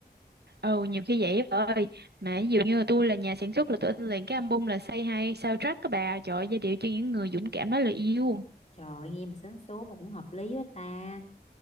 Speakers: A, on the right; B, on the left.
A: ừ nhiều khi vậy á bà ơi mà ví dụ như là tôi là nhà sản xuất là tôi in liền cái album là Say Hi soundtrack các bà trời ơi, giai điệu cho những người dũng cảm nói lời yêu
B: trời ơi, nghe mà sến súa mà cũng hợp lý quá ta